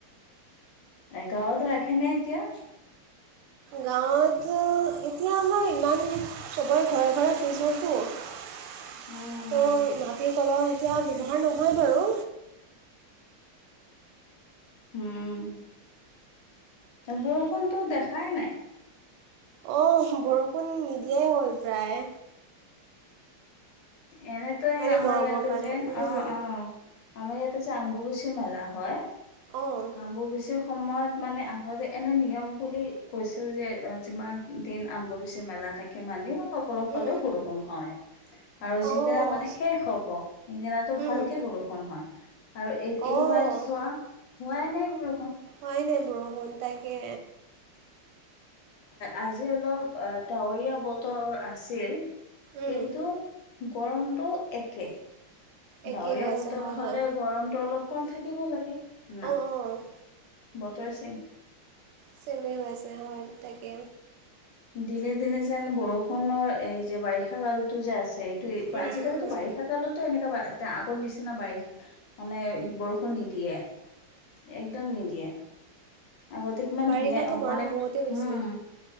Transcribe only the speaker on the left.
গাঁৱত ৰাখে নে এতিয়া।
উম
উম বৰষুণতো দেখাই নাই।
এনে ত এ
আমাৰ
ইয়াতে
যে
অ অ আমাৰ ইয়াতে অম্বু বাসি মেলা হয়।
অম্বু বাসি সময়ত মানে আগতে এনে নিয়ম বুলি কৈছো যে যিমান দিন আৰম্ভ হৈছে মেলা তাকে মানি অলপ
হলেও বৰষুণ হয়। আৰু যিদিনা
মানে
শেষ হব সিদিনাটো
ভালকে বৰষুণ হয়। আৰু এই এইবাৰ
চোৱা হোৱাই নাই বৰষুণ।
আজি অলপ ডাৱৰীয়া বতৰ আছিল।
কিন্তু গৰমটো একে
ডাৱৰীয়া
বতৰ
হলে
গৰমটো অলপ কম থাকিব লাগে। না
বতৰ চেইম
দিনে দিনে যেন বৰষুণৰ এই যে বাৰিষা কালতটো যে আছে
আজিকালিতো
বাৰিষা কালতো এনেকা আগৰ নিচিনা বাৰিষা মানে বৰষুণ নিদিয়ে একদম নিদিয়ে। আগতে কিমান
ধুনীয়া
মানে
উম